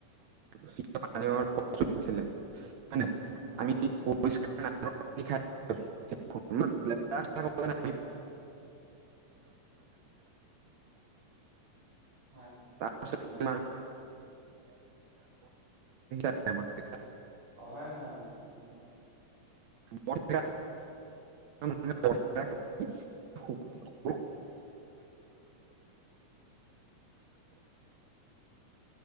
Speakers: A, on the right (about 65°); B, on the right (about 85°).
A: <unintelligible> পান ছিলে হয়নে
B: উম হয়
A: আমি
B: হয়
A: <unintelligible> <unintelligible>
B: হয়
A: বৰ্তমান
B: উম।
A: স <unintelligible>
B: হয় হয়, অ', উ।
A: ব <unintelligible> অ <unintelligible> <unintelligible>